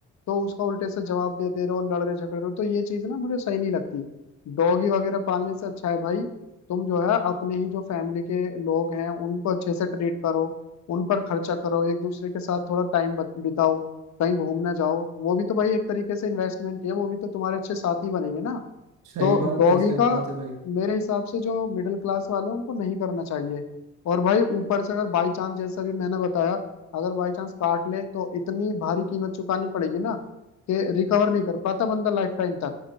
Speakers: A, on the left; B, on the right.
A: तो उसका उल्टे से जवाब दे दे रहे हो लड़ रहे झगड़ रहे हो तो ये चीज ना मुझे सही नहीं लगती डॉगी वगैरह पालने से अच्छा है भाई तुम जो है अपने ही जो फैमिली के लोग हैं उनको अच्छे से ट्रीट करो उन पर खर्चा करो एक दूसरे के साथ थोड़ा टाइम बिताओ कहीं घूमने जाओ वो भी तो भाई एक तरीके से इन्वेस्टमेंट ही है वो भी तो तुम्हारे अच्छे साथी बनेंगे ना
B: सही
A: तो
B: बात
A: डॉगी
B: है सही
A: का
B: बात है भाई
A: मेरे हिसाब से जो मिडिल क्लास वाले हैं उनको नहीं करना चाहिए और भाई ऊपर से अगर बाई चांस जैसा भी मैंने बताया अगर बाई चांस काट ले तो इतनी भारी कीमत चुकानी पड़ेगी ना कि रिकवर नहीं कर पाता बंदा लाइफ टाइम तक